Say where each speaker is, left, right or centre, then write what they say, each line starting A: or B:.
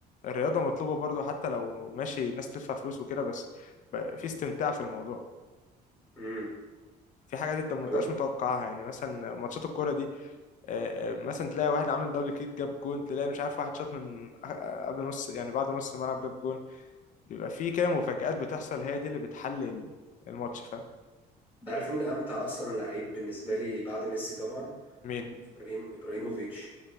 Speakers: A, on the left; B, on the left.
A: الرياضه مطلوبه برضه حتى لو ماشي ناس تدفع فلوس وكده بس ب- في استمتاع في الموضوع
B: امم
A: في حاجات انت ما
B: طب
A: بتبقاش
B: انت
A: متوقعها يعني مثلا ماتشات الكوره دي آه، آه، مثلا تلاقي واحد عامل دبل كيك جاب جون تلاقي مش عارف واحد شاط من آه، قبل نص يعني بعد نص الملعب جاب جون بيبقى في كده مفاجآت بتحصل هي دي اللي بتحلل الماتش فاهم
B: عارف مين امتع اصلا لعيب بالنسبه لي بعد ميسي طبعا
A: مين
B: ابراهيم ابراهيموفيتش